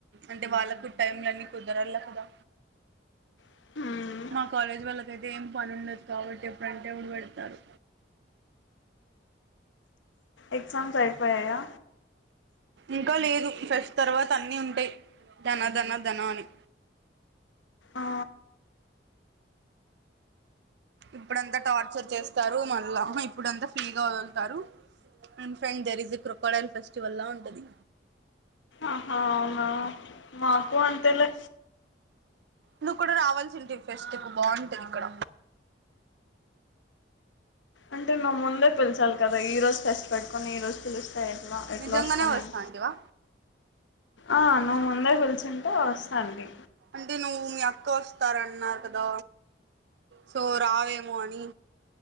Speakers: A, on the right; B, on the left.
A: అంటే వాళ్ళకు టైంలన్ని కుదరలా కదా
B: ఉండొచ్చు
A: మా కాలేజ్ వాళ్ళకయితే ఏం పని ఉండదు కాబట్టి ఎప్పుడంటే అప్పుడు పెడతారు
B: ఎగ్జామ్స్ అయిపోయయా
A: ఇంకా లేదు ఫ్రెష్ట్ తర్వాత అన్ని ఉంటాయి ధనాధన ధన అని
B: ఆ
A: ఇప్పుడంతా టార్చర్ చేస్తారు మళ్ళా ఇప్పుడంతా ఫ్రీ గా వాదుల్తారు in front there is a crocodile festival లా ఉంటది
B: ఆహా అవునా మాకు అంతే లే
A: నువ్వు కూడా రావాల్సి ఉంటే ఫెస్ట్ కు బాగుంటది ఇక్కడ
B: అంటే నువ్వు ముందే పలిచాలి కదా ఈ రోజు ఫెస్ట్ పెట్టుకొని ఈరోజు పిలుస్తా ఎట్లా ఎట్లా
A: నిజంగానే
B: ఓస్తా
A: వస్తాంటివా
B: నేను ఆ నువ్వు ముందే పిలిచుంటే వస్తా అండి
A: అంటే నువ్వు మీ అక్క వస్తారన్నారు కదా సో రావేమో అని